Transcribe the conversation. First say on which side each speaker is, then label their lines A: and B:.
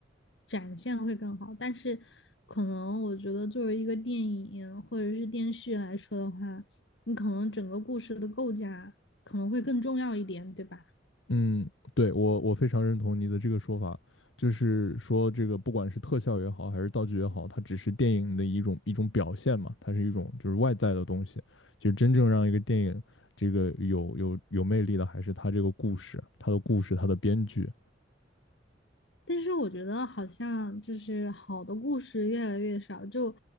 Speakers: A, on the left; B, on the left.
A: 展现会更好，但是可能我觉得作为一个电影或者是电视来说的话，你可能整个故事的构架可能会更重要一点，对吧？
B: 嗯，对我我非常认同你的这个说法，就是说这个不管是特效也好，还是道具也好，它只是电影的一种一种表现嘛，它是一种就是外在的东西，就是真正让一个电影这个有有有魅力的，还是它这个故事，它的故事，它的编剧。
A: 但是我觉得好像就是好的故事越来越少，就